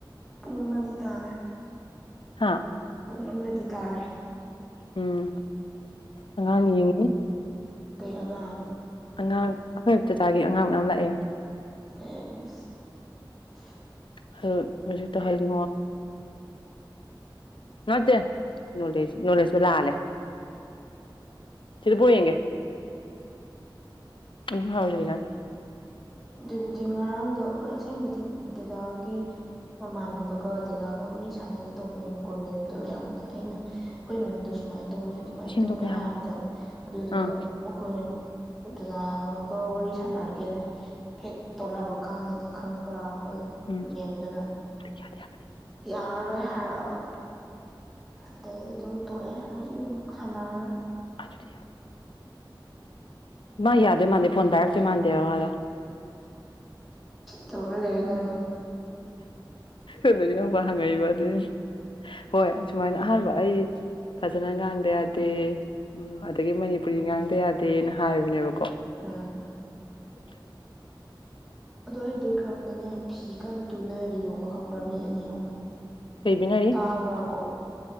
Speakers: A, in the centre; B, on the left.
A: ꯄꯨꯡ ꯑꯃꯗꯤ ꯇꯥꯔꯦ
B: ꯍꯥꯥ
A: ꯄꯨꯡ ꯑꯃꯗꯤ ꯇꯥꯔꯦ
B: ꯎꯝ ꯑꯉꯥꯡ ꯌꯦꯡꯉ
A: ꯀꯩ ꯑꯉꯥꯡ
B: ꯑꯉꯥꯡ ꯑꯩꯈꯣꯏ ꯃ ꯆꯆꯥꯒꯤ ꯑꯉꯥꯡ ꯃꯌꯥꯝ ꯂꯥꯛꯑꯦ
A: ꯁꯤ
B: ꯍ ꯍꯧꯖꯤ ꯇꯍꯖꯣ ꯃꯠꯇꯦ ꯅꯅꯨꯡꯂꯁ ꯂꯥꯟꯂꯦ ꯆꯔꯤꯄꯨꯔꯔꯤ ꯌꯦꯒꯦ ꯎ ꯍꯥꯎꯗꯗ
A: ꯗꯦꯕꯨꯇꯤ ꯉꯔꯥꯡꯗꯣ ꯑꯩꯈꯣꯏ ꯑꯁꯦꯡꯕꯗꯤ ꯗꯗꯥꯒꯤ ꯃꯃꯥꯟꯅꯕꯒ ꯗꯗꯥꯒ ꯋꯥꯔꯤ ꯁꯥꯟꯅꯒꯦ ꯇꯧꯕꯅꯦꯕꯀꯣ ꯃꯦꯝꯗꯣ ꯌꯥꯝꯅ ꯑꯩꯅ ꯑꯩꯈꯣꯏ ꯃꯦꯝꯗꯣ ꯁꯨꯃꯥꯏꯅ ꯇꯧꯋꯤ ꯑꯗꯨꯃꯥꯏꯅ
B: ꯁꯦꯝꯗꯣꯛꯄ
A: ꯇꯧꯋꯤ
B: ꯌꯥꯕꯅꯤ
A: ꯍꯥꯏꯕꯗꯣ ꯑꯗꯨꯗꯨꯒ
B: ꯑꯥ
A: ꯑꯩꯈꯣꯏ ꯖꯂꯥ ꯋꯥꯔꯤ ꯁꯥꯟꯅꯔꯒꯦꯅ ꯍꯦꯛ ꯇꯧꯅꯕ ꯀꯥꯟꯗꯅꯦ ꯈꯪꯕ꯭ꯔꯥ ꯑꯩꯈꯣꯏ
B: ꯎꯝ
A: ꯃꯦꯝꯗꯨꯅ
B: ꯌꯥꯗꯤ ꯌꯥꯕꯅꯤ
A: ꯌꯥꯔꯔꯣꯏ ꯍꯥꯏꯔꯛꯑꯕ ꯑꯗꯩꯗꯤ ꯑꯗꯨꯝ ꯇꯣꯛꯑꯦ ꯃ ꯁꯥꯟꯅꯔꯔꯣꯏ
B: ꯑꯗꯨꯗꯤ ꯃꯥ ꯌꯥꯗ ꯃꯥꯗ ꯐꯣꯟꯅꯁ ꯃꯥꯗ ꯋꯥ
A: ꯇꯧꯔ ꯂꯩ ꯅꯪꯗꯣ
B: ꯑꯗꯨꯅꯕ ꯍꯪꯉꯛꯏꯕ ꯑꯗꯨꯏꯅꯤ ꯍꯣꯏ ꯁꯨꯃꯥꯏꯅ ꯑꯍꯥꯟꯕ ꯑꯩ ꯐꯖꯅ ꯉꯥꯡꯗ ꯌꯥꯗꯦ ꯎꯝ ꯑꯗꯒꯤ ꯃꯅꯤꯄꯨꯔꯤ ꯉꯥꯡꯗ ꯌꯥꯗꯦꯅ ꯍꯥꯏꯕꯅꯦꯕꯀꯣ
A: ꯑꯥ
B: <unintelligible>
A: ꯑꯗꯣ ꯑꯩ ꯕꯦꯛꯒ꯭ꯔꯥꯎꯟꯗꯅꯦ ꯐꯤ ꯀꯟꯅ ꯇꯨꯅꯔꯤꯕꯀꯣ ꯈꯪꯕ꯭ꯔꯥ ꯃꯤ ꯑꯅꯤ ꯑꯍꯨꯝ
B: ꯀꯩ ꯕꯤꯅꯔꯤ
A: ꯇꯥꯕ꯭ꯔꯣꯀꯣ